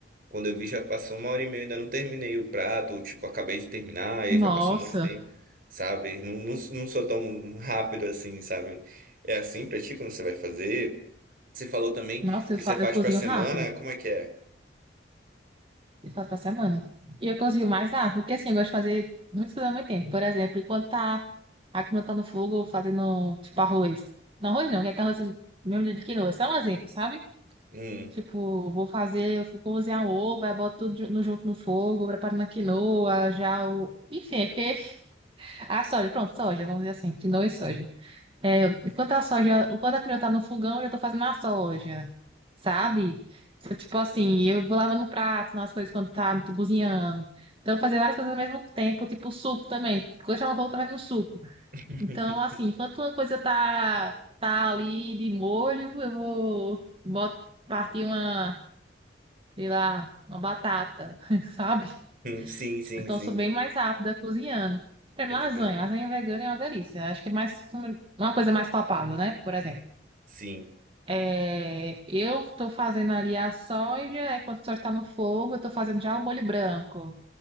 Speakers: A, on the right (about 45°); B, on the right (about 30°).
A: Quando eu vi, já passou uma hora e meia, ainda não terminei o prato, ou, tipo, acabei de terminar, e
B: Nossa,
A: já passou um monte de tempo, sabe? Não, não, não sou tão rápido assim, sabe? É assim pra ti quando você vai fazer? Você falou também
B: nossa,
A: que
B: eu, fa-
A: você faz
B: eu cozinho
A: pra semana,
B: rápido.
A: como é que é?
B: Eu faço pra semana. E eu cozinho mais rápido, porque assim, eu gosto de fazer muitas coisas ao mesmo tempo. Por exemplo, enquanto tá, a comida tá no fogo, fazendo, tipo, arroz. Não, arroz não, que é que arroz é mesmo de quinoa. É só um exemplo, sabe?
A: Hum.
B: Tipo, vou fazer, vou cozinhar um ovo, aí boto tudo ju- no- junto no fogo, preparo na quinoa, já o. Enfim, é que. <laughs> A soja, pronto, soja, vamos dizer assim, quinoa e soja. É, enquanto a soja, enquanto a quinoa tá no fogão, eu já tô fazendo a soja, sabe? Então, Tipo assim, eu vou lavando o prato, nas coisas quando tá cozinhando. Então, fazer várias coisas ao mesmo tempo, tipo suco também. Quando chama fogo, tá fazendo suco.
A: <laughs>
B: Então, assim, enquanto uma coisa tá, tá ali de molho, eu vou boto, partir uma sei lá, uma batata, <laughs> sabe?
A: Sim,
B: Tipo,
A: sim,
B: então
A: sim.
B: eu sou bem mais rápida cozinhando. Por exemplo,
A: Pode
B: Lasanha,
A: crer.
B: lasanha vegana é uma delícia. Acho que é mais uma coisa mais palpável, né? Por exemplo,
A: Sim,
B: é, eu tô fazendo ali a soja, aí quando a soja tá no fogo, eu tô fazendo já o molho branco,